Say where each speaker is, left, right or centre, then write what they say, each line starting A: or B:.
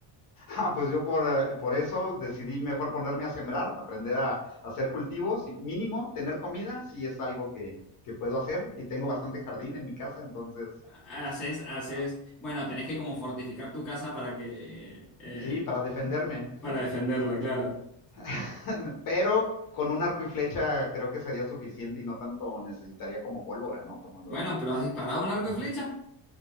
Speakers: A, on the left (about 40°); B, in the centre.
A: Ah, pues yo por, eh, por eso decidí mejor ponerme a sembrar, aprender a, a hacer cultivos y mínimo tener comida, si es algo que, que puedo hacer y tengo bastante jardín en mi casa, entonces
B: Haces, haces,
A: ah,
B: bueno, tenés que como fortificar tu casa para que, eh,
A: sí, para defenderme.
B: para defenderla, claro.
A: <laughs> Pero con un arco y flecha creo que sería suficiente y no tanto necesitaría como pólvora, ¿no? Como lo
B: Bueno,
A: dice.
B: pero ¿has disparado un arco
A: Ajá.
B: y flecha?